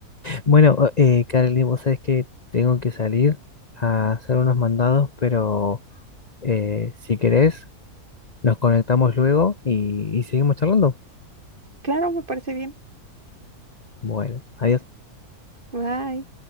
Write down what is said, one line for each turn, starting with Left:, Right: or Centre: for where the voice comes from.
Left: Bueno, o- eh, Carly, vos sabés que tengo que salir a hacer unos mandados, pero eh, si querés, nos conectamos luego y, y seguimos charlando.
Right: Claro, me parece bien.
Left: Bueno, adiós.
Right: Bye.